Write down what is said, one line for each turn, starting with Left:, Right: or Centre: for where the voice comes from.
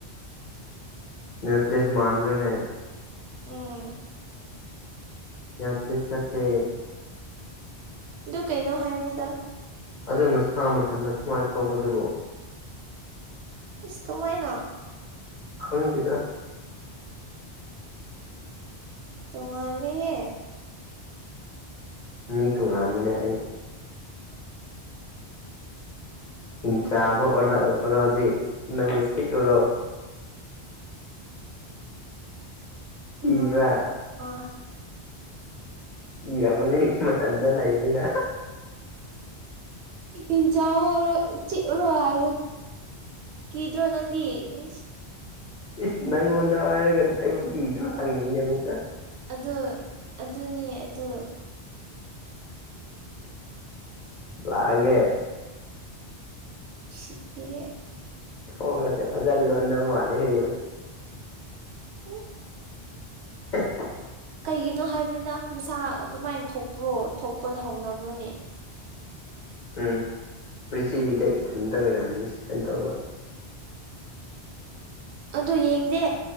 Left: ꯅ꯭ꯌꯨ ꯄ꯭ꯂꯦꯁ ꯃꯥꯟꯕꯕ꯭ꯔꯅꯦ
Right: ꯎꯝ
Left: ꯌꯥꯎ ꯄꯂꯤꯁ ꯐꯦ
Right: ꯑꯗꯨ ꯀꯩꯅꯣ ꯍꯥꯏꯕꯅꯤꯗ
Left: ꯑꯗꯨ ꯃꯁꯥ ꯃꯊꯟꯇ ꯁꯨꯃꯥꯏꯅ ꯊꯣꯛꯄꯗꯨꯕꯨ
Right: ꯏꯁ ꯀꯃꯥꯏꯅ
Left: ꯈꯥꯎ ꯊꯤꯗ
Right: ꯇꯨꯍꯦ ꯍꯦ
Left: ꯃꯤ ꯇꯣꯉꯥꯟꯕꯅꯦ ꯑꯩ
Right: ꯑꯣ
Left: ꯍꯤꯡꯆꯥꯥꯕ ꯑꯣꯔꯂ ꯑꯣꯔꯣ ꯍꯧꯖꯤꯛ ꯅꯪꯕꯨꯤꯛ ꯑꯣꯏꯔꯣ
Right: ꯎ
Left: ꯀꯤꯕ꯭ꯔꯥ
Right: ꯑ
Left: ꯏꯤꯔꯝꯃꯅꯤ ꯃꯊꯟꯗ ꯂꯩꯕꯅꯤꯅ
Right: ꯏꯖ ꯑꯣꯏꯔ ꯆꯔ ꯍꯥꯏ ꯀꯗ꯭ꯔꯣ ꯅꯗꯤ ꯏ
Left: ꯏꯁ ꯅꯪꯉꯣꯟꯗ ꯍꯥꯏꯔꯒ ꯑꯩꯕꯨ ꯀꯤꯗ꯭ꯔꯣ ꯍꯪꯉꯤꯅꯦ ꯑꯃꯨꯛꯀ
Right: ꯑꯗꯨ ꯑꯗꯨꯅꯦ ꯑꯗꯨ
Left: ꯂꯒꯦ
Right: ꯁꯤꯠꯇ
Left: ꯐꯣꯡꯉꯁꯦ ꯐꯖꯜ ꯂꯣ ꯅꯧ ꯃꯥꯂꯦ ꯍ
Right: ꯎꯝ
Left: <unintelligible>
Right: ꯀꯩꯒꯤꯅꯣ ꯍꯥꯏꯕꯅꯤꯅ ꯃꯁꯥ ꯑꯗꯨꯃꯥꯏꯅ ꯊꯣꯛꯄ꯭ꯔꯣ ꯊꯣꯛꯄ ꯍꯧꯅꯕ꯭ꯔꯣꯅꯦ
Left: ꯎꯝ ꯄ꯭ꯔꯤꯊꯤꯕꯤꯗ ꯏꯊꯟꯇ ꯑꯣꯏꯔꯝꯅꯤ ꯁꯨꯃꯥꯏꯅ ꯇꯧꯕ
Right: ꯑꯗꯨ ꯌꯦꯡꯗꯦ